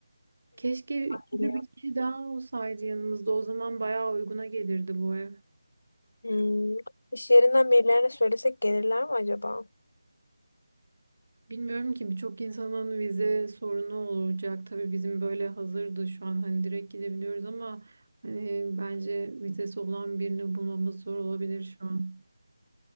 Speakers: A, on the right; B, on the left.
A: Keşke üçüncü
B: geliyor.
A: bir kişi daha olsaydı yanımızda. O zaman bayağı uyguna gelirdi bu ev.
B: Hmm. İş yerinden birilerine söylesek gelirler mi acaba?
A: Bilmiyorum ki birçok insanın vize sorunu olacak. Tabii bizim böyle hazırdı şu an hani direkt gidebiliyoruz ama hani bence vizesi olan birini bulmamız zor olabilir şu an.